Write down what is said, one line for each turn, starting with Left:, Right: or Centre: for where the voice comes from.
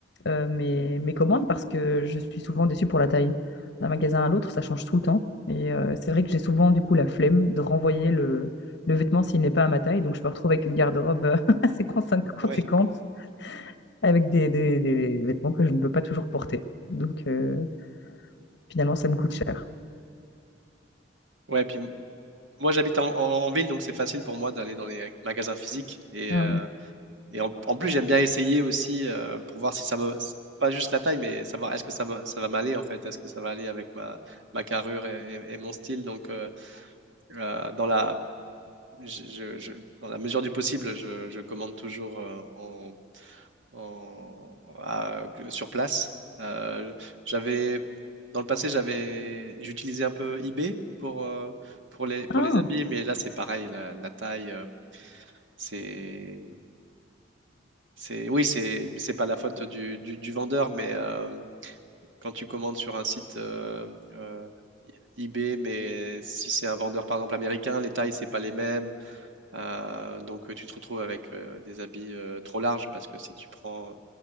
Left: euh, mes, mes commandes parce que je suis souvent déçue pour la taille. D'un magasin à l'autre, ça change tout le temps. Et euh, c'est vrai que j'ai souvent du coup la flemme de renvoyer le, le vêtement s'il n'est pas à ma taille. Donc je me retrouve avec une garde-robe euh, <laughs> assez conséquente
Right: Ouais.
Left: avec des, des- des vêtements que je ne peux pas toujours porter. Donc, euh, finalement, ça me coûte cher.
Right: Ouais, puis m- moi, j'habite en, en- en ville, donc c'est facile pour moi d'aller dans les magasins physiques et,
Left: Ah
Right: euh,
Left: ouais.
Right: Et en, en plus, j'aime bien essayer aussi euh, pour voir si ça me. c'est Pas juste la taille, mais savoir est-ce que ça, me- ça va m'aller en fait, est-ce que ça va aller avec ma, ma carrure et, et- et mon style. Donc, euh, euh, dans la, je- je- je- dans la mesure du possible, je, je commande toujours euh, en, en- à- sur place. Euh, j'avais, dans le passé, j'avais, j'utilisais un peu eBay pour, euh, pour les, pour
Left: Ah,
Right: les habits, mais là, c'est pareil, la, la taille, euh, c'est. C'est, oui, c'est, c'est pas la faute du, du- du vendeur, mais euh, quand tu commandes sur un site euh, euh, eBay, mais si c'est un vendeur par exemple américain, les tailles c'est pas les mêmes, Euh, donc euh, tu te retrouves avec euh, des habits euh, trop larges parce que si tu prends